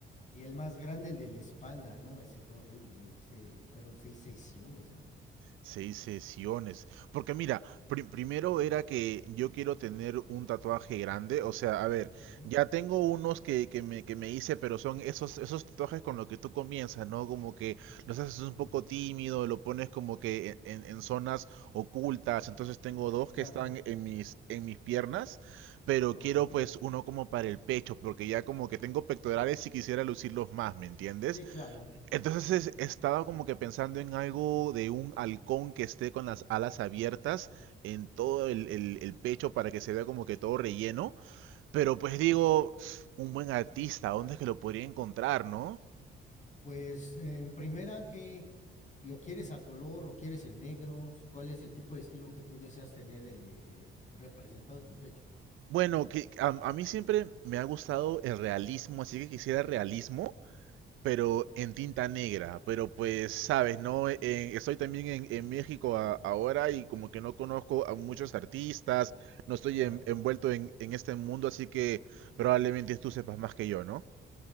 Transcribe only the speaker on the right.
Seis sesiones. Porque mira, pri- primero era que yo quiero tener un tatuaje grande. O sea, a ver,
ya tengo unos que, que me, que me hice, pero son esos, esos tatuajes con los que tú comienzas, ¿no? Como que los haces un
poco tímido, lo pones como que en, en- zonas ocultas. Entonces tengo dos que
están en mis, en mis piernas, pero
quiero pues uno como para el pecho, porque ya como que tengo pectorales y quisiera lucirlos más, ¿me entiendes?
Entonces he estado como que pensando en algo de un halcón que esté con las alas abiertas en todo el, el- el pecho para que se vea como que todo relleno. Pero pues digo, un buen artista, ¿dónde es que lo podría encontrar, no?
Bueno, que a, a mí siempre me ha gustado el realismo, así que quisiera realismo,
pero en tinta negra. Pero pues, sabes, no, Eh, eh, estoy también en, en México a- ahora y como que no conozco a muchos
artistas, no estoy
en- envuelto en, en este mundo, así que probablemente tú sepas más que yo, ¿no?